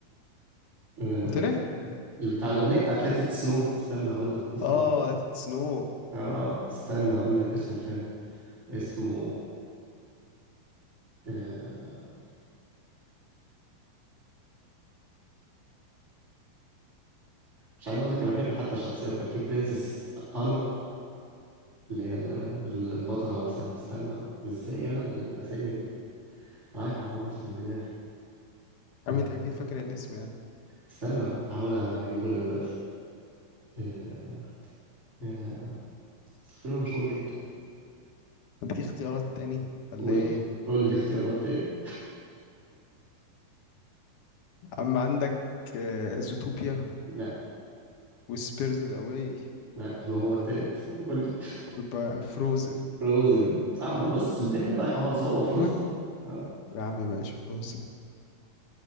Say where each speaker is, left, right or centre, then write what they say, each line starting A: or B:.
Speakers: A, on the right; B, on the left.
A: <laughs> آه،
B: قلت ليه
A: بتاع الاغنية بتاعت ليت سنو استنى اقول لك اسمه
B: اه
A: ايه
B: سنو
A: اه استنى اقول لك اسم الفيلم اسمه آه، مش عايز اقول لك انا فاكر حتى الشخصيات كان في برنسس انا اللي هي ال- ال- البطله نفسها استنى ازاي انا ال- الاسامي دي رايحه خالص من دماغي
B: <laughs>
A: آه،
B: عم انت اكيد فاكر الاسم يعني
A: استنى هحاول اجيبه لك دلوقتي آه، آه، بس الفيلم مشهور جدا
B: بديك اختيارات تاني ولا
A: قول
B: ايه
A: لي قول لي اختيارات تاني
B: عم عندك آه، زوتوبيا
A: لا
B: وسبيريتد اواي
A: لا يبقى هو التالت <laughs> قول لي
B: ويبقى فروزن
A: فروزن صعب بص الدنيا رايحه خالص هو فروزن
B: آه،
A: اه
B: يا عم ماشي فروزن